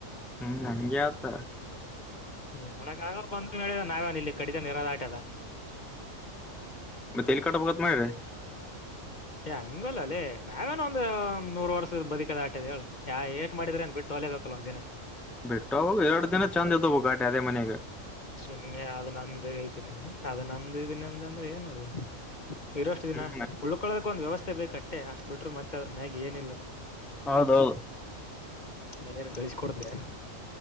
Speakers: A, in the centre; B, on the left.
A: ಹ್ಮ್ ಹಂಗೆಆತ
B: ಏನ್ ಮಾಡಕ್ ಆಗ ಹೇಳಿದ ನಾವೇನ್ ಇಲ್ಲಿ ಕಡಿತೆ ಇರೋದ ಆಟದ
A: ಮತ್ತೆ ಎಲ್ಲಿ ಕಟ್ಬೇಕ್ ಅಂತ ಮಾಡಿದಿ
B: ಏ ಹಂಗಲ್ಲ ಲೇ ಹೆ ನಾವೇನ್ ಒಂದ ನೂರು ವರ್ಷದ ಬದಕದ ಆಟದ ಹೇಳ ಯಾ ಏಟ್ ಮಾಡಿದ್ರ ಎನ್ ಬಿಟ್ಟು ತೊಳೆ ಬೇಕಲೊಂದಿನ
A: ಬಿಟ್ಟು ಎರಡು ದಿನ ಚಂದ್ ಇದ್ದವು ಗಾಟಿ ಅದೇ ಮನೆಗೆ
B: ಸುಮ್ನೆ ಆದ್ ನಂದು ಹೇಳ್ತೀನಿ ಅದ ನಂದು ಇದಿನಂದ ಅಂದ್ರೆ ಏನ್ ಅದು ಇರೋಷ್ಟು ದಿನ
A: ಹ್ಮ್
B: ಉಳ್ಕೊಳದಕ್ ಒಂದ್ ವ್ಯವಸ್ಥೆ ಬೇಕ ಅಷ್ಟೇ ಅಷ್ಟು ಬಿಟ್ರ ಮತ್ತೆದ್ರ ಮ್ಯಾಗಿ ಏನಿಲ್ಲ
A: ಹೌದೌದು
B: ಮನೆಯನ್ ಗಳಿಸ ಕೊಡ್ದೆನ್